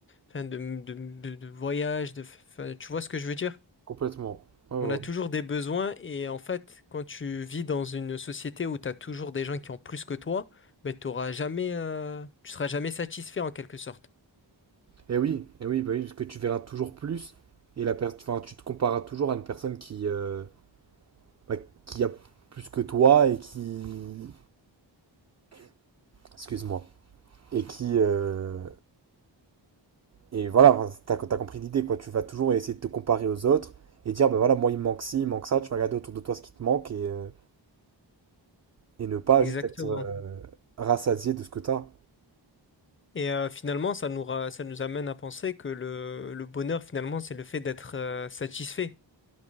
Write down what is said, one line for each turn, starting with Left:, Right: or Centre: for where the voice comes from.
Left: enfin, de, de, de, de voyages, de, enfin, tu vois ce que je veux dire?
Right: Complètement. Ouais, ouais,
Left: On a
Right: ouais.
Left: toujours des besoins et en fait, quand tu vis dans une société où tu as toujours des gens qui ont plus que toi, ben, t'auras jamais, euh, tu seras jamais satisfait en quelque sorte.
Right: Et oui, et oui, bah oui, parce que tu verras toujours plus et la personne, enfin, tu te compareras toujours à une personne qui, euh, bah, qui a plus que toi et qui, excuse-moi, et qui, euh, Et voilà, enfin, t'as, t'as compris l'idée, quoi. Tu vas toujours essayer de te comparer aux autres et dire, bah voilà, moi, il me manque ci, il me manque ça. Tu vas regarder autour de toi ce qui te manque et, euh, et ne pas
Left: Exactement.
Right: juste être euh, rassasié de ce que t'as.
Left: Et euh, finalement, ça nous, ra- ça nous amène à penser que le, le bonheur, finalement, c'est le fait d'être euh, satisfait